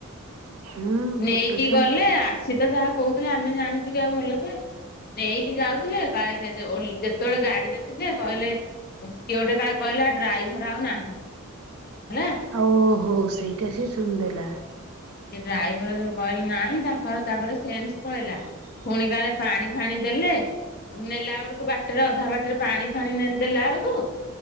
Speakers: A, on the right; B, on the left.
A: ହୁଁ ଛୋଟ
B: ନେଇକି
A: ଛୁଆ
B: ଗଲେ
A: ତ
B: ଆସି ତ ଯାହା କହୁଥିଲେ ଆମେ ଜାଣିଛୁ କି ଆଉ ଭଲ ସେ ନେଇକି ଯାଉଥିଲେ, କାଳେ ସେ ଯେ ଓଲ ଯେତବେଳେ ଗାଡ଼ିରେ ଥିଲେ କହିଲେ ସେଏ କିଏ ଗୋଟେ କାଳେ କହିଲା ଡ୍ରାଇଭର ଆଉ ନାହିଁ। ହେଲା
A: ଓ ହୋ ସେଇଟା ସେ ସୁଣି ଦେଲା।
B: ସେ ଡ୍ରାଇଭର ଯଉ କହିଲା ନାହିଁ ତାଙ୍କର ତାପରେ ସେନ୍ସ ପଳେଇଲା। ପୁଣି କାଳେ ପାଣି ଫାଣି ଦେଲେ ନେଲା ବେଳକୁ ବାଟରେ ଅଧା ବାଟରେ ପାଣି ଫାଣି ଦେଲା ବେଳକୁ